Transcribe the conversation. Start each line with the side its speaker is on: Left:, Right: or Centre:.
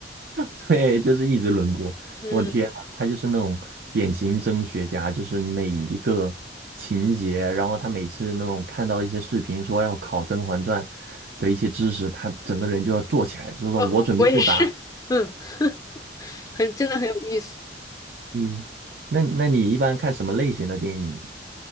Right: <laughs> 对，就是一直轮播。
Left: 嗯，
Right: 我天啊，他就是那种典型真学家，就是每一个情节，然后他每次那种看到一些视频说要考《甄嬛传》的一些知识，他整个人就要坐起来，就说我准备作答。
Left: 哦，我也是。嗯，<laughs> 很，真的很有意思。
Right: 嗯，那那你一般看什么类型的电影呢？